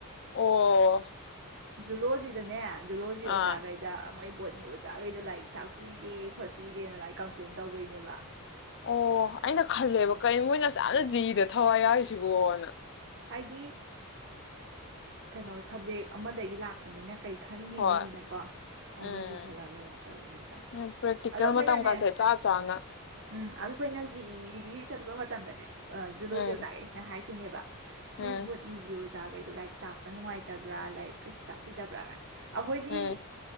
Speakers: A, on the left; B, on the right.
A: ꯑꯣ
B: ꯖꯨꯂꯣꯖꯤꯗꯅꯦ ꯖꯨꯂꯣꯖꯤ
A: ꯑꯥ
B: ꯑꯣꯖꯥꯈꯩꯗ ꯃꯣꯏ ꯄꯣꯠꯅꯤ ꯑꯣꯖꯥꯈꯩꯗꯣ ꯂꯥꯏꯔꯤꯛ ꯇꯥꯛꯄꯤꯗꯦ ꯈꯣꯠꯄꯤꯗꯦ ꯑꯗꯨꯃꯥꯏꯅ ꯀꯝꯄ꯭ꯂꯦꯟ ꯇꯧꯕꯩꯅꯦꯕ
A: ꯑꯣ ꯑꯩꯅ ꯈꯜꯂꯦꯕ ꯀꯔꯤ ꯃꯣꯏꯅꯁ ꯌꯥꯝꯅ ꯖꯤꯗ ꯊꯋꯥꯏ ꯌꯥꯎꯔꯤꯁꯤꯕꯣꯅ
B: ꯍꯥꯏꯗꯤ ꯀꯩꯅꯣ ꯁꯕꯖꯦꯛ ꯑꯃꯗꯒꯤ ꯂꯥꯛꯄꯅꯤꯅ ꯀꯩ ꯈꯟꯈꯤꯅꯤꯅꯀꯣ
A: ꯍꯣꯏ ꯎꯝ
B: ꯑꯗꯨꯒꯤ ꯈꯜꯂꯒ ꯀꯩꯅ ꯇꯧꯔꯨꯅꯤꯗ
A: ꯎꯝ ꯄ꯭ꯔꯦꯛꯇꯤꯀꯦꯜ
B: ꯑꯗꯣ ꯑꯩꯈꯣꯏꯅꯅꯦ
A: ꯃꯇꯝꯒꯁꯦ ꯆꯥ ꯆꯥꯅ
B: ꯎꯝ ꯑꯗꯣ ꯑꯩꯈꯣꯏꯅ ꯖꯤꯛ ꯒꯤ ꯆꯠꯄ ꯃꯇꯝꯗꯅꯦ ꯑ ꯖꯂꯣꯖꯤ
A: ꯎꯝ
B: ꯇꯒꯥꯏꯁꯅ ꯍꯥꯏ ꯟꯕ
A: ꯎꯝ
B: ꯅꯣꯏꯕꯣꯠꯂꯤꯒꯣ ꯑꯣꯖꯥꯈꯩꯗꯣ ꯂꯥꯏꯔꯤꯛ ꯇꯥꯛꯄ ꯅꯨꯡꯉꯥꯏꯇꯕ꯭ꯔꯥ ꯂꯥꯏꯔꯤꯛ ꯀꯩꯁꯨ ꯇꯥꯛꯄꯤꯗꯕ꯭ꯔꯥꯒ ꯑꯩꯈꯣꯏꯗꯤ
A: ꯎꯝ